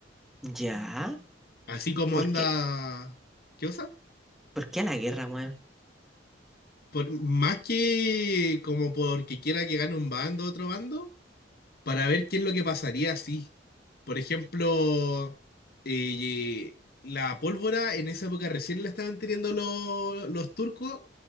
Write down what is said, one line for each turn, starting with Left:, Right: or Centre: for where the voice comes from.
Centre: ¿Ya?
Left: Así como
Centre: ¿Por
Left: onda...
Centre: qué?
Left: ¿Qué cosa?
Centre: ¿Por qué a la guerra, weón?
Left: Por- más que como porque quiera que gane un bando otro bando, para ver qué es lo que pasaría si, por ejemplo, eh, la pólvora en esa época recién la estaban teniendo lo- los turcos